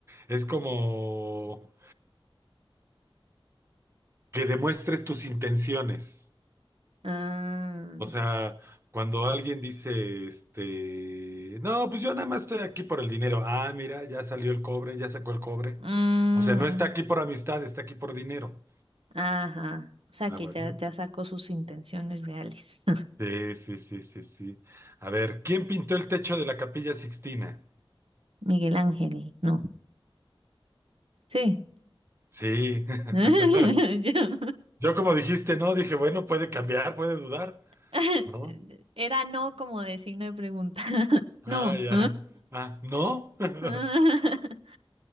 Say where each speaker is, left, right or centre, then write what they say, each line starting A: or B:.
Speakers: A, on the right (about 25°); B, on the right (about 75°).
A: Es como que demuestres tus intenciones.
B: Ah,
A: O sea, cuando alguien dice, este, no, pues yo nada más estoy aquí por el dinero. Ah, mira, ya salió el cobre, ya sacó el cobre.
B: mm,
A: O sea, no está aquí por amistad, está aquí por dinero.
B: ajá. O sea,
A: Ah,
B: que
A: bueno.
B: ya, ya sacó sus intenciones reales. <laughs>
A: Sí, sí, sí, sí, sí. A ver, ¿quién pintó el techo de la Capilla Sixtina?
B: Miguel Ángel, no. Sí.
A: Sí. <laughs>
B: <laughs> Yo-
A: Yo como dijiste, no, dije, bueno, puede cambiar, puede dudar,
B: <laughs>
A: ¿no?
B: Era no como de signo de pregunta. <laughs>
A: Ah,
B: No.
A: ya. Ah, ¿no? <laughs>
B: <laughs>